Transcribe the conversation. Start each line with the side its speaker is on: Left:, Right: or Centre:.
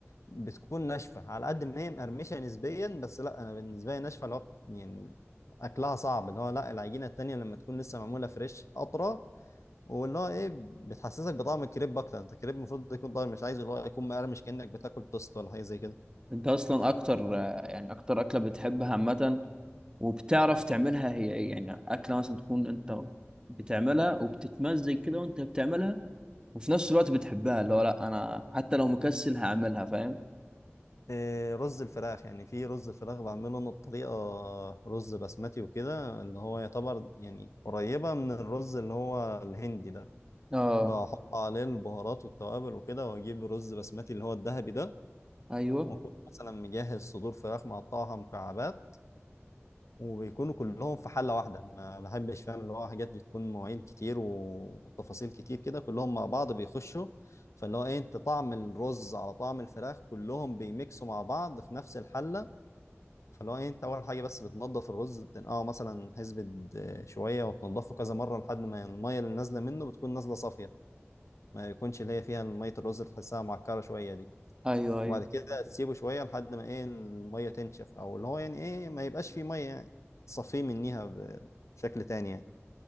Left: بتكون ناشفه على قد ما هي مقرمشه نسبيا بس لا انا بالنسبه لي ناشفه اللي هو يعني اكلها صعب اللي هو لا العجينه التانيه لما تكون لسه معموله فريش اطرى واللي هو ايه بتحسسك بطعم الكريب اكتر انت الكريب المفروض يكون طعم مش عايزه اللي هو يكون مقرمش كانك بتاكل توست ولا حاجه زي كده
Right: انت اصلا اكتر آه، يعني اكتر اكله بتحبها عامه وبتعرف تعملها هي ايه يعني اكله مثلا تكون انت بتعملها وبتتمزج كده وانت بتعملها وفي نفس الوقت بتحبها اللي هو لا انا حتى لو مكسل هعملها فاهم
Left: إيه رز الفراخ يعني في رز الفراخ بعمله انا بطريقه رز بسمتي وكده اللي هو يعتبر يعني قريبه من الرز اللي هو الهندي ده
Right: اه
Left: بحط عليه البهارات والتوابل وكده واجيب رز بسمتي اللي هو الذهبي ده
Right: ايوه
Left: واكون مثلا مجهز صدور فراخ مقطعها مكعبات وبيكونوا كلهم في حله واحده ما بحبش فاهم اللي هو حاجات بتكون مواعين كتير وتفاصيل كتير كده كلهم مع بعض بيخشوا فاللي هو ايه انت طعم الرز على طعم الفراخ كلهم بيميكسوا مع بعض في نفس الحله فاللي هو ايه انت اول حاجه بس بتنضف الرز بتنقعه مثلا حسبه آه، شويه وتنضفه كذا مره لحد ما الميه اللي نازله منه بتكون نازله صافيه ما يكونش اللي هي فيها ميه الرز اللي تحسها معكره شويه دي
Right: ايوه ايوه
Left: وبعد كده تسيبه شوية لحد ما ايه المية تنشف او اللي هو يعني ايه ما يبقاش فيه مية يعني تصفيه منيها بشكل تاني يعني